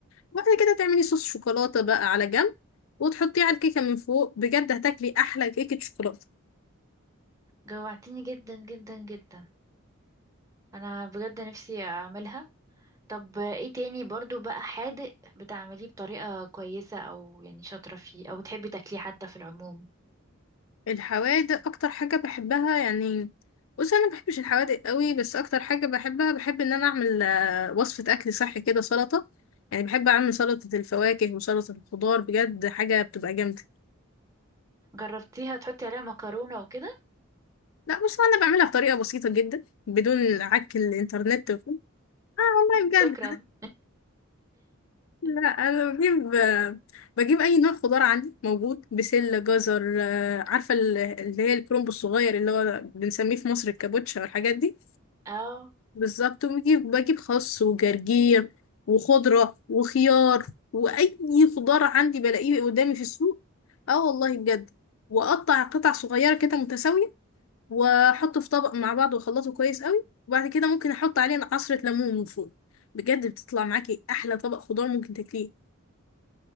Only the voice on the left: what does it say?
بعد كده تعملي صوص شوكولاتة بقى على جنب وتحطيه على الكيكة من فوق بجد هتاكلي أحلى كيكة شوكولاتة
الحوادق أكتر حاجة بحبها يعني بص أنا مبحبش الحوادق قوي بس أكتر حاجة بحبها بحب إن أنا أعمل آه، وصفة أكل صحي كده سلطة يعني بحب أعمل سلطة الفواكه وسلطة الخضار بجد حاجة بتبقى جامدة
لا بص أنا بعملها بطريقة بسيطة جدا بدون عك الإنترنت وكده آه والله بجد
لا
انا بجيب بجيب اي نوع خضار عندي موجود بسله جزر آه، عارفه ال- اللي هي الكرنب الصغير اللي هو بنسميه في مصر الكابوتشا والحاجات دي
بالظبط وبجيب بجيب خس وجرجير وخضره وخيار واي خضار عندي بلاقيه قدامي في السوق اه والله بجد واقطع قطع صغيره كده متساويه واحطه في طبق مع بعض واخلطه كويس قوي وبعد كده ممكن احط عليه عصره ليمون من فوق بجد بتطلع معاكي احلى طبق خضار ممكن تاكليه